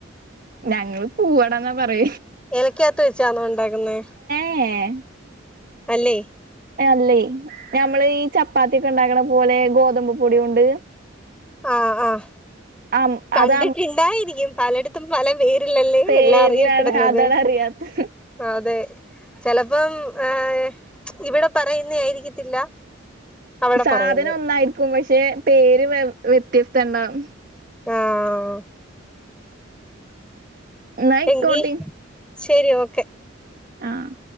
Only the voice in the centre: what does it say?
ഇലയ്ക്കകത്ത് വെച്ചാന്നോ ഉണ്ടാക്കുന്നേ?
അല്ലേ?
ആഹ് ആഹ്
കണ്ടിട്ടിണ്ടായിരിക്കും
പലട്ത്തും പല പേരില്ലല്ലേ
എല്ലാം അറിയപ്പെടുന്നത്
ആഹ് അതെ ചെലപ്പം ഏഹ് ഇവിടെ പറയുന്ന ആയിരിക്കത്തില്ല അവിടെ
പറയുന്നെ
ആഹ്
എങ്കീ ശരി ഓക്കെ